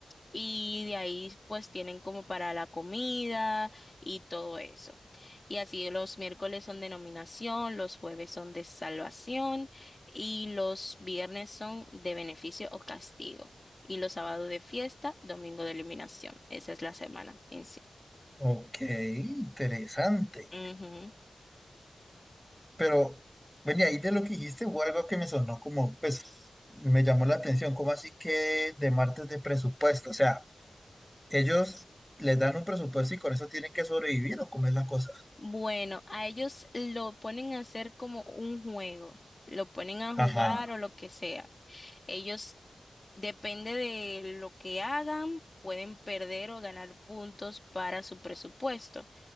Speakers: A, on the left (about 30°); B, in the centre.
A: y de ahí pues tienen como para la comida y todo eso. Y así los miércoles son de nominación los jueves son de salvación y los viernes son de beneficio o castigo. Y los sábados de fiesta, domingo de eliminación. Esa es la semana en sí.
B: ok, interesante.
A: Ujú.
B: Pero, bueno, y ahí de lo que dijiste hubo algo que me sonó como, pues, me llamó la atención, como así que de martes de presupuesto? O sea, ellos les dan un presupuesto y con eso tienen que sobrevivir o cómo es la cosa.
A: Bueno, a ellos lo ponen a hacer como un juego, lo ponen a jugar
B: Ajá.
A: o lo que sea. Ellos, depende de lo que hagan, pueden perder o ganar puntos para su presupuesto.